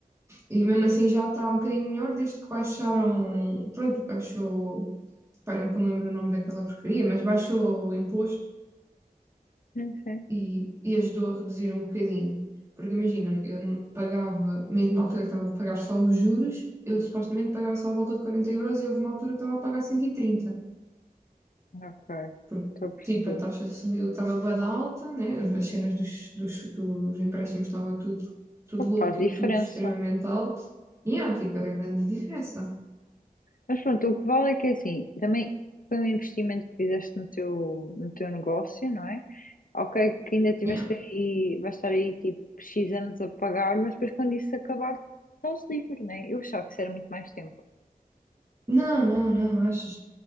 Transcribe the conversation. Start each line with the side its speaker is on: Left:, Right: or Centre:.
Right: E mesmo assim já está um bocadinho melhor desde que baixaram. Pronto, baixou. Pai, nunca me lembro o nome daquela porcaria, mas baixou o imposto
Left: Sim, sim.
Right: e, e ajudou a reduzir um bocadinho. Porque imagina, eu não pagava, mesmo na altura que estava a pagar só os juros, eu supostamente pagava só a volta de 40 euros e houve uma altura que estava a pagar 130
Left: Ok,
Right: porque
Left: estou a perceber.
Right: tipo a taxa subiu, estava bué da alta, né? As cenas dos, dos, dos empréstimos estavam tudo, tudo
Left: O que
Right: louco
Left: faz diferença.
Right: e tudo extremamente alto. E yeah, tipo, era grande a diferença.
Left: Mas pronto, o que vale é que é assim, também foi um investimento que fizeste no teu, no teu negócio, não é? Ok, que ainda tiveste
Right: Yeah.
Left: aí, vais estar aí tipo X anos a pagar, mas depois quando isso acabar, estás livre, não é? Eu achava que isso era muito mais tempo.
Right: Não, não, não, achas?